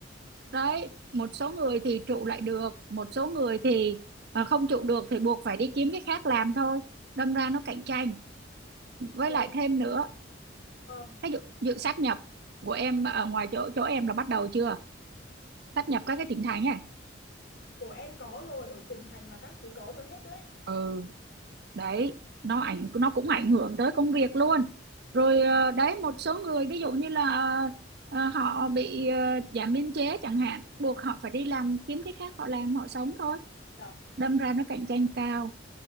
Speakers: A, on the right; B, on the left.
A: đấy một số người thì trụ lại được một số người thì à, không trụ được thì buộc phải đi kiếm cái khác làm thôi đâm ra nó cạnh tranh với
B: Vâng,
A: lại thêm
B: nhưng mà-
A: nữa
B: vâng.
A: cái dự, dự sát nhập của em ở ngoài chỗ chỗ em là bắt đầu chưa sáp nhập các cái
B: Em
A: tỉnh thành ấy
B: của em có rồi, ở tỉnh thành là các thứ có rồi hết đấy.
A: ừ đấy nó ảnh nó cũng ảnh hưởng tới công việc luôn rồi ờ, đấy một số người ví dụ như là ờ, họ bị ờ, giảm biên chế chẳng hạn buộc họ phải đi làm kiếm cái khác họ làm họ sống thôi
B: Rồi.
A: đâm ra nó cạnh tranh cao